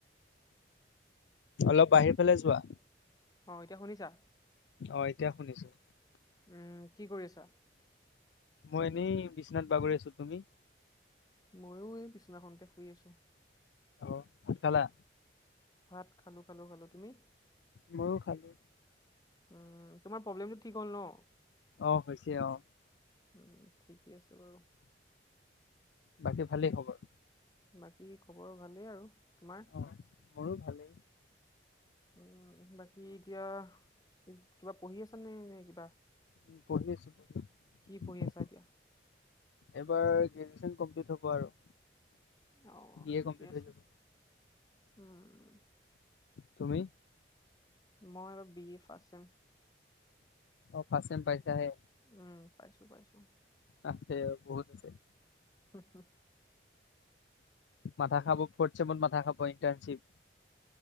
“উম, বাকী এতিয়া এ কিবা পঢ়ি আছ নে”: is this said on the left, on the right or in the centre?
Left